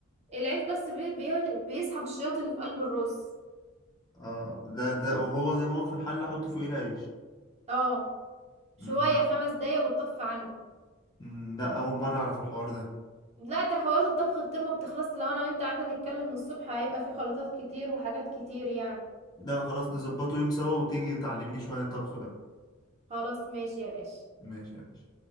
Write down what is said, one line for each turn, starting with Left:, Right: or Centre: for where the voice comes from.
Right: العيش بس بي بي بيسحب الشياط اللي في قلب الرز
Left: اه ده ده وهو زي ما هو في الحلة احط فوقيه العيش
Right: اه شوية
Left: مم، لا
Right: خمس دقايق وتطفى عنه
Left: مم، لا، اول مرة اعرف الحوار ده
Right: لا ده حوارات الطبخ كتير ما بتخلص لو انا وانت قعدنا نتكلم من الصبح هيبقى في خلطات كتير وحاجات كتير يعني
Left: لا خلاص نظبطه يوم سوا وتيجي تعلميني شوية طبخ بقى
Right: خلاص ماشي يا باشا
Left: ماشي يا باشا